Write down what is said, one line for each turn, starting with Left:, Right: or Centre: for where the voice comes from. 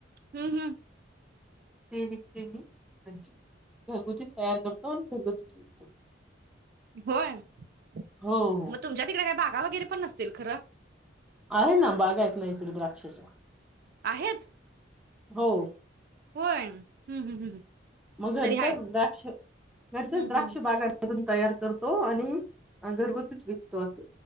Right: हं हं
Centre: ते विकते मी म्हणजे, घरगुतीच तयार करतो, आणि घरगुतीच विकतो.
Right: होय मग
Centre: हो हो
Right: तुमच्या तिकडे काय भा हा वगैरे पण नसतील खरं
Centre: आहे ना बागा आहेत, ना इकडे द्राक्षाच्या.
Right: आहेत
Centre: हो
Right: होय हम्म
Centre: मग
Right: तरी
Centre: घरच्याच
Right: हाय
Centre: द्राक्ष घरच्याच
Right: हं
Centre: द्राक्ष
Right: हं हं.
Centre: बागांमधून तयार करतो आणि अन घरगुतीच विकतो असं